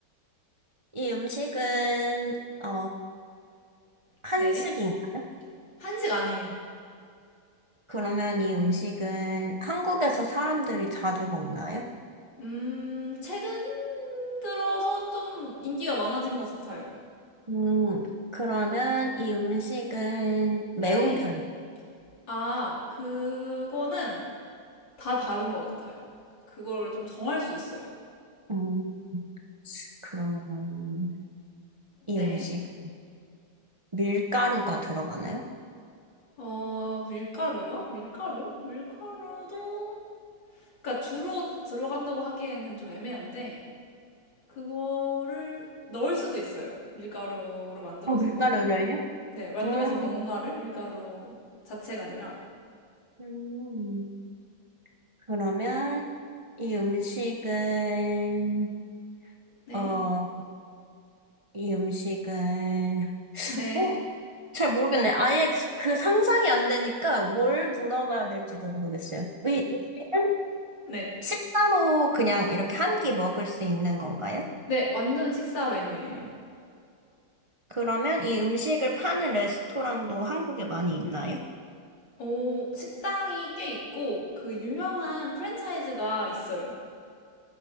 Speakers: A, on the right; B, on the left.
A: 이 음식은, 어, 한식인가요?
B: 네. 한식 아니에요.
A: 그러면 이 음식은 한국에서 사람들이 자주 먹나요?
B: 음, 최근 들어서 좀 인기가 많아진 것 같아요.
A: 음, 그러면 이 음식은
B: 네.
A: 매운 편이에요.
B: 아, 그거는 다 다른 것 같아요. 그거를 좀 정할 수 있어요.
A: 음, 그러면 이
B: 네.
A: 음식은 밀가루가 들어가나요?
B: 어, 밀가루요? 밀가루? 밀가루도, 그러니까 주로 들어간다고 하기에는 좀 애매한데, 그거를 넣을 수도 있어요. 밀가루로 만들어진
A: 어, 밀가루를요?
B: 것들을. 네, 만들어진
A: 음,
B: 뭔가를 밀가루 자체가 아니라.
A: 음, 그러면 이 음식은,
B: 네.
A: 어, 이 음식은
B: 네,
A: 어, 잘 모르겠네. 아예 그, 그 상상이 안 되니까 뭘 물어봐야 될지도 모르겠어요. 이 음식은
B: 네.
A: 식사로 그냥 이렇게 한끼 먹을 수 있는 건가요?
B: 네, 완전 식사 메뉴예요.
A: 그러면 이 음식을 파는 레스토랑도 한국에 많이 있나요?
B: 어, 식당이 꽤 있고, 그 유명한 프랜차이즈가 있어요.